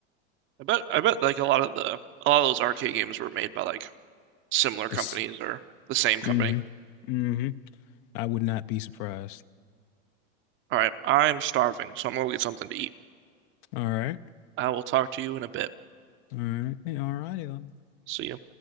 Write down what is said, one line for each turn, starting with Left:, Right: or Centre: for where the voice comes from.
Right: I bet I bet like a lot of the a lot of those arcade games were made by like similar
Left: This,
Right: companies or the same company.
Left: mm-hmm, mm-hmm. I would not be surprised.
Right: All right, I'm starving, so I'm gonna go get something to eat.
Left: All right,
Right: I will talk to you in a bit.
Left: all right, yeah, all righty then.
Right: See you.